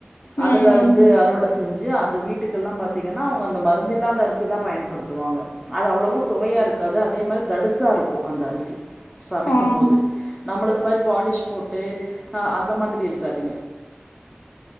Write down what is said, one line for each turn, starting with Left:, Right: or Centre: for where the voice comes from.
Left: ம், ம்.
Centre: அதுல வந்து அறுவ வ செஞ்சு அத வீட்டுக்கெல்லா பாத்தீங்கனா அவுங்க அந்த மருந்தில்லாத அரிசிதா பயண்படுத்துவாங்க அத அவ்வளவா சுவையா இருக்காது அது மாரு தடுசா இருக்கோ அந்த அரிசி சமைக்கும்போது
Left: ஆ.
Centre: நம்மள்டு மாரி பாலிஸ் போட்டு ஆஹ் அந்த மாதிரி இருக்காது